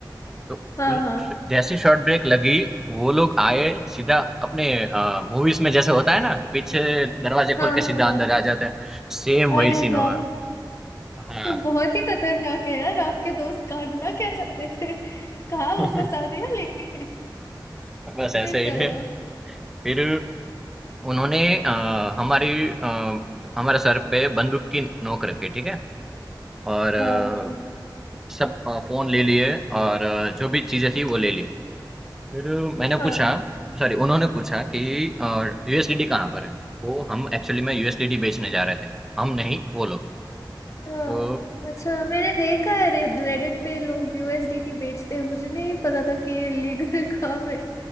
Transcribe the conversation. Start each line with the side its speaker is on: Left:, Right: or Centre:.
Centre: तो
Left: हाँ
Centre: उन
Left: हाँ
Centre: जैसे शॉर्ट ब्रेक लगी, वो लोग आए, सीधा अपने अ, मूवीज़ में जैसे होता है ना, पीछे दरवाज़े
Left: हाँ
Centre: खोल
Left: हाँ
Centre: के सीधा अंदर आ जाते हैं, सेम वही
Left: अरे
Centre: सीन
Left: बाप
Centre: हुआ। हाँ।
Left: ये बहुत ही खतरनाक है यार आपके दोस्त करना क्या चाहते थे कहाँ वो
Centre: <laughs>
Left: फंसा दिया लेके
Centre: बस ऐसे
Left: फिर क्या
Centre: ही
Left: हुआ
Centre: थे। फिर उन्होंने अ, हमारी अ, हमारे सर पे बंदूक की नोक रखी, ठीक है? और अ,
Left: बाप रे
Centre: सब अ, फ़ोन ले लिए और अ, जो भी चीज़ें थी, वो ले ली। फिर मैंने
Left: हाँ
Centre: पूछा सॉरी उन्होंने पूछा कि यूएसडीडी कहाँ पर है वो हम एक्चुअली में यूएसडीडी बेचने जा रहे थे हम नहीं वो लोग
Left: हाँ,
Centre: तो
Left: अच्छा मैंने देखा है रेडिट पे लोग यूएसडीटी बेचते हैं मुझे नहीं पता था कि ये लीगल <laughs> काम है